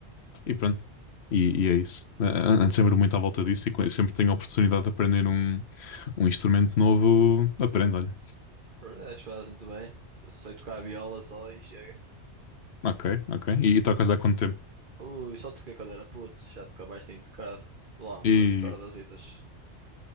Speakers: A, on the left; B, on the right.
A: e pronto. E, e é isso. A- a- Ando sempre muito à volta disso e co- sempre tenho a oportunidade de aprender um, um instrumento novo. Aprendo, olha.
B: Olha, Acho que fazes muito bem. Eu sei tocar a viola só e chega.
A: Ok, ok. E, e tocas há quanto tempo?
B: Ui, só toquei quando era puto, já nunca mais tenho tocado. Lá umas
A: E.
B: cordazitas